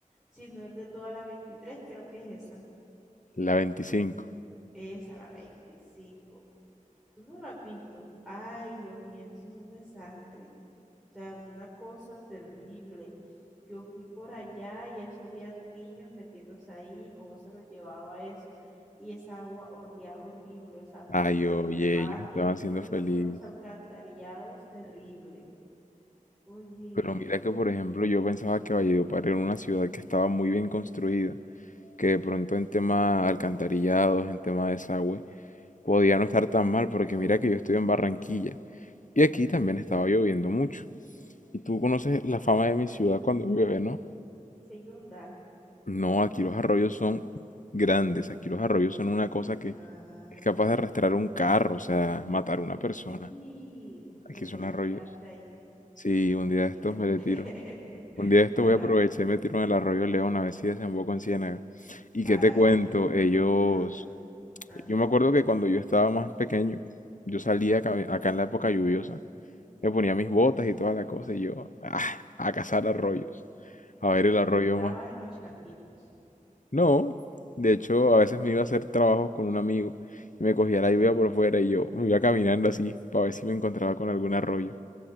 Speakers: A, in the centre; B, on the left (about 70°).
A: sino el de toda la 23, creo que es esa.
B: La veinticinco.
A: Esa, la 25. Tú no lo has visto. Ay, Dios mío, eso es un desastre. O sea, una cosa terrible. Yo fui por allá y eso había niños metiéndose ahí, cómo se los llevaba eso. Y esa agua olía horrible. O sea,
B: Ay,
A: Valledupar
B: oye, ellos estaban
A: tiene un
B: siendo
A: problema
B: feliz.
A: con los alcantarillados terrible. Oye.
B: Pero mira que, por ejemplo, yo pensaba que Valledupar era una ciudad que estaba muy bien construida, que de pronto en tema alcantarillados, en tema de desagüe, podía no estar tan mal, porque mira que yo estoy en Barranquilla y
A: <laughs>
B: aquí también estaba lloviendo mucho. Y tú conoces la fama de mi ciudad cuando llueve, ¿no?
A: Se inunda.
B: No, aquí los arroyos son grandes, aquí los arroyos son una cosa que
A: Ah,
B: es capaz de arrastrar un carro, o sea, matar a una persona.
A: sí
B: Aquí
A: deberías
B: son arroyos.
A: tirarte ahí.
B: Sí,
A: No
B: un
A: mentira.
B: día de estos me le
A: <laughs>
B: tiro. Un día de esto
A: Ajá.
B: voy a aprovechar y me tiro en el arroyo León a ver si desemboco en Ciénaga. ¿Y
A: Ay,
B: qué te cuento? Ellos...
A: exagerado. Ajá.
B: Yo me acuerdo que cuando yo estaba más pequeño, yo salía acá, acá en la época lluviosa, me ponía mis botas y toda la cosa y yo ah, a cazar arroyos, a ver
A: Y
B: el arroyo
A: brincabas
B: más.
A: en los charquitos.
B: No, de hecho a veces me iba a hacer trabajos con un amigo y me cogía
A: Ah,
B: la lluvia por fuera y yo me iba caminando así para ver si me encontraba con algún arroyo.